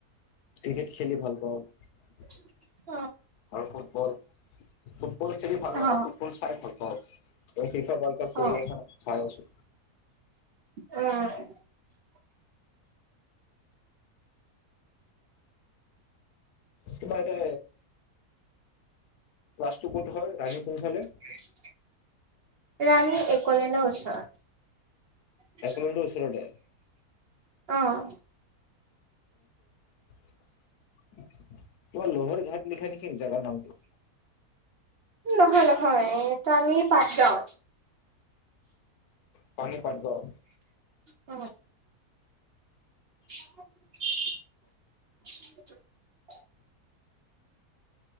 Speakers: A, on the left; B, on the right.
A: ক্ৰিকেট খেলি ভাল পাওঁ ।
B: <inaudible>
A: আৰু ফুটবল, ফুটবল খেলি ভাল নাপাওঁ,
B: অ
A: ফুটবল চাই ভাল পাওঁ। এই ফিফা ৱৰ্ল্ডকাপ চলি
B: অ
A: আছে, চাই আছোঁ।
B: অ'।
A: তোমাৰ এটা, ক্লাছ ক'ত হয় ৰাণী?
B: <unintelligible>
A: কোনফালে?
B: ৰানী এক। ক'লে ন ওচৰত,
A: একলেণ্ডৰ ওচৰতে?
B: অ'!
A: <inaudible> তোমাৰ লোহাৰ ঘাট লিখা নেকি জোগাৰ নামটো।
B: নহয়! নহয়! তানি পাটগাঁও।
A: পানী পাটগাঁও?
B: উম! <unintelligible>